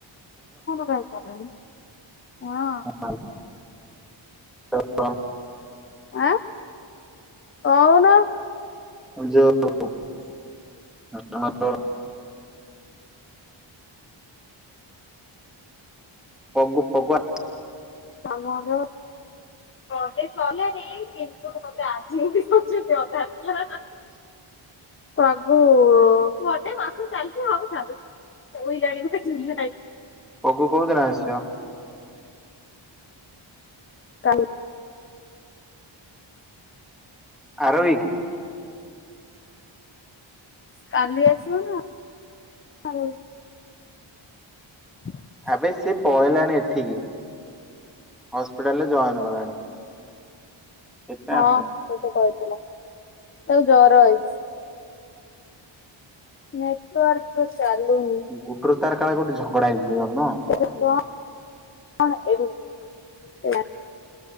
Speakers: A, on the left; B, in the centre.
A: କାଇଁ ଚାଲୁନି ହଁ
B: ହ <unintelligible>
A: ଆଁ କହୁନୁ?
B: ଆ ଯୋଉ
A: ହୁଁ
B: ହ <unintelligible> ପଗୁ ପଗୁଆ
A: ତମର ହଁ ସେ କଲେଣି କିୁନ୍ତୁ ମତେ ଆଜି ହିଁ କହହୁଚନ୍ତି ଅଧାରୁ ହା ହା।
B: <inaudible>
A: ପ୍ରଭୁୁ ଗଟେ ମାସ ଚାଲିଛି ହଉଥାଉ ଉଇ ଗାଡିଭଳିଆ ଚୁଲା
B: ପଗୁ କୋଉଦିନ ଆସିବ?
A: କାଲି
B: ଆର ୱିକ
A: କାଲି ଆସିବ ନା ଆର ୱି <inaudible>
B: ଆବେ ସିଏ ପଳେଇଲାଣି ଏଠିକି ହସ୍ପିଟାଲରେ ଜଏନ କଲାଣି। ସେଥିପାଇଁ
A: ହଁ
B: ଆସିନି।
A: ସେତ କହିଥିଲା ତାକୁ ଜର ହେଇଛି। ନେଟୱର୍କ ଚାଲୁନି।
B: ଗୁଡୁର ତାର କାଳେ କୋଉଠି ଝଗଡା ହେଇଥିବା ନୁହୁ
A: ଏ କଣ ଏ <unintelligible>